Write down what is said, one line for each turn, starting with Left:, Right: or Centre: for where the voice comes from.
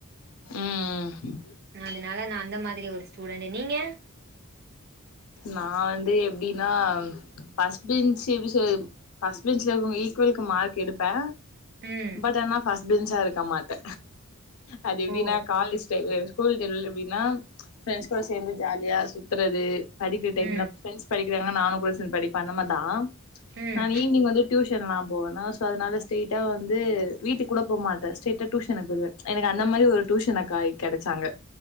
Left: ம் ம்
Right: அதனால நா அந்த மாதிரி ஒரு ஸ் ஸூடண்டு நீங்க
Left: நான் வந்து எப்டின்னா பஃர்ஸ்ட் பெஞ்சு எப்படி சொ ஃபஸ்ட் பெஞ்ச்ல உ ஈக்குவலுக்கு மார்க் எடுப்பே
Right: ம்
Left: பட் ஆனா ஃபஸ் பெஞ்சா இருக்க மாட்டே அது எப்டின்னா
Right: ஓ
Left: காலேஜ் டைவு ஸ்கூல் தெருல் எப்படின்னா ஃப்ரெண்ட்ஸ் கூட சேந்து ஜாலியா சுத்துறது படிக்கிற டைம்ல
Right: ம்
Left: ப்ரண்ட்ஸ் படி இருங்க நானு கூட சேந் படிப்பே அந்தமாதா
Right: ம்
Left: நான் ஈவ்னிங் வந்து டியூஷன்லா போவேனா சோ அதனால ஸ்டேட்டா வந்து வீட்டு கூட போமாட்டே ஸ்டைட்டா டியூஷனுக்கு போய்ருவே எனக்கு அந்த மாரி ஒரு டியூஷனக்கா கெடச்சாங்க